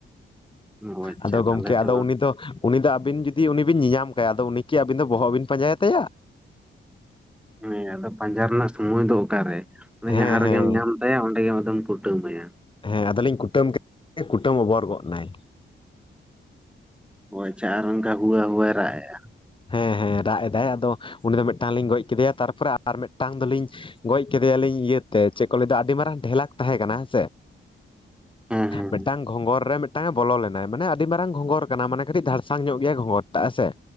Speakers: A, in the centre; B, on the left (about 25°).
A: ᱚ ᱟᱪᱪᱷᱟ
B: ᱟᱫᱚ ᱜᱚᱝᱠᱮ
A: ᱛᱟᱦᱚᱞᱮ
B: ᱟᱫᱚ
A: ᱛᱚ
B: ᱩᱱᱤ ᱫᱚ ᱩᱱᱤ ᱫᱚ ᱟᱵᱮᱱ ᱡᱩᱫᱤ ᱩᱱᱤᱵᱮᱱ ᱧᱟᱢ ᱠᱟᱭᱟ ᱟᱫᱚ ᱩᱱᱤ ᱠᱤ ᱟᱵᱮᱱ ᱫᱚ ᱵᱚᱦᱚᱜ ᱵᱮᱱ ᱯᱟᱸᱡᱟᱭ ᱛᱟᱭᱟ ᱾
A: ᱦᱮᱸ ᱟᱫᱚ ᱯᱟᱸᱡᱟ ᱨᱮᱱᱟᱜ ᱥᱚᱢᱚᱭ ᱫᱚ ᱚᱠᱟᱨᱮ
B: ᱦᱮᱸ
A: ᱮ ᱡᱟᱦᱟᱸ ᱨᱮᱜᱮᱢ
B: ᱦᱮᱸ
A: ᱧᱟᱢ ᱛᱟᱭᱟ ᱚᱸᱰᱮ ᱟᱫᱚᱢ ᱠᱩᱴᱟᱹᱢ ᱛᱟᱭᱟ
B: ᱦᱮᱸ ᱟᱫᱚᱞᱤᱧ ᱠᱩᱴᱟᱹᱢ ᱠᱮᱫ ᱠᱩᱴᱟᱹᱢ ᱚᱵᱚᱨ ᱜᱚᱫ ᱱᱟᱭ
A: ᱦᱚᱸᱼᱚᱭ ᱟᱪᱪᱪᱟ ᱟᱨ ᱚᱝᱠᱟ ᱦᱩᱣᱟᱹ ᱦᱩᱣᱟᱹ ᱨᱟᱜ ᱮᱫᱼᱟᱭ
B: ᱦᱮᱸ ᱦᱮᱸ ᱨᱟᱜ ᱮᱫᱟᱭ ᱟᱫᱚ ᱩᱱᱤ ᱫᱚ ᱢᱤᱫᱴᱟᱝ ᱞᱤᱧ ᱜᱚᱡ ᱠᱮᱫᱮᱭᱟ ᱛᱟᱨᱯᱚᱨᱮ ᱟᱨ ᱢᱤᱫᱴᱟᱝ ᱫᱚᱞᱤᱧ ᱜᱚᱡ ᱠᱮᱫᱮᱭᱟᱞᱤᱧ ᱤᱭᱟᱹ ᱪᱮᱫ ᱠᱚ ᱞᱟᱹᱭᱟ ᱟᱹᱰᱤ ᱢᱟᱨᱟᱝ ᱰᱷᱮᱞᱟᱠ ᱛᱟᱦᱮᱸ ᱠᱟᱱᱟ ᱦᱮᱸᱥᱮ
A: ᱦᱮᱸ ᱦᱮᱸ
B: ᱢᱤᱫᱴᱟᱝ ᱜᱷᱚᱸᱜᱚᱨ ᱨᱮ ᱢᱤᱫᱴᱟᱝᱮ ᱵᱚᱞᱚ ᱞᱮᱱᱟᱭ ᱢᱟᱱᱮ ᱟᱹᱰᱤ ᱢᱟᱨᱟᱝ ᱜᱷᱚᱸᱜᱚᱨ ᱠᱟᱱᱟ ᱢᱟᱱᱮ ᱠᱟᱹᱴᱤᱡ ᱫᱷᱟᱲᱥᱟᱝ ᱧᱚᱜ ᱜᱮᱭᱟ ᱜᱷᱚᱸᱜᱚᱨ ᱴᱟᱜ ᱦᱮᱸ ᱥᱮ